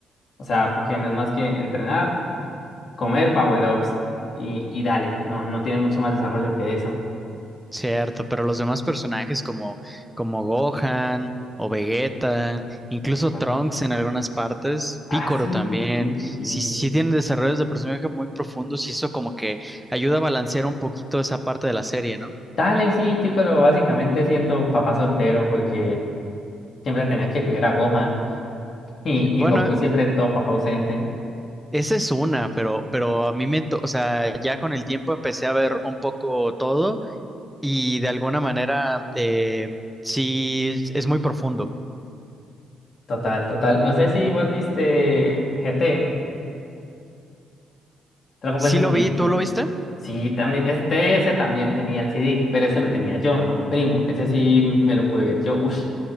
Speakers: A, on the left; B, in the centre.
A: O sea, porque no es más que entrenar, comer power-ups y, y dale. No, no tiene mucho más desarrollo que eso.
B: cierto, pero los demás personajes como, como Gohan o Vegeta, incluso
A: Epa.
B: Trunks en algunas partes,
A: Ah,
B: Picoro
A: sí,
B: también,
A: sí, sí.
B: sí, sí tienen desarrollos de personaje muy profundos y eso como que ayuda a balancear un poquito esa parte de la serie, ¿no?
A: Dale, sí, Piccolo, básicamente siento papá soltero porque siempre tenía que cuidar a Gohan y,
B: Bueno,
A: y Goku siempre todo papá ausente.
B: esa es una, pero, pero a mí me, to- o sea, ya con el tiempo empecé a ver un poco todo y de alguna manera eh, sí es muy profundo.
A: Total, total. No sé si vos viste GT. Dragon
B: Sí
A: Ball GT.
B: lo vi, ¿tú lo viste?
A: Sí, también, este, ese también tenía el CD, pero ese lo tenía yo, no mi primo. Ese sí me lo pude ver yo. Ush.